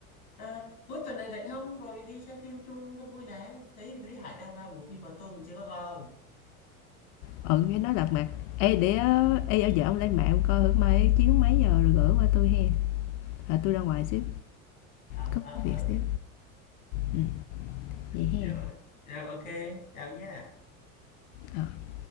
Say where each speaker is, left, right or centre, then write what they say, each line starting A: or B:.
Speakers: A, on the left; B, on the left.
A: à, cuối tuần này rảnh không rồi đi xem phim chung cho vui này thấy Lý Hải đang ra bộ phim mà tôi cũng chưa có coi
B: ừ cái nói lật mặt ê để ờ, ê ở vợ ông lên mạng ông coi thử mai chiếu mấy giờ rồi gửi qua tôi hen à, tôi ra ngoài xíu
A: ở
B: có
A: ở ở
B: việc xíu ừ vậy
A: rồi,
B: hen
A: rồi ok, chào nhé.
B: ờ